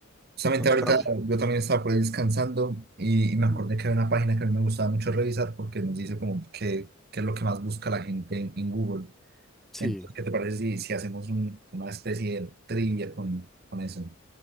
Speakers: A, on the right; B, in the centre.
A: Justamente
B: Contame.
A: ahorita yo también estaba por ahí descansando y, y
B: Ujú.
A: me acordé que había una página que a mí me gustaba mucho revisar porque nos dice como qué qué es lo que más busca la gente en, en Google.
B: Sí,
A: Entonces, ¿qué te parece si, si hacemos un- una especie de trivia con, con eso?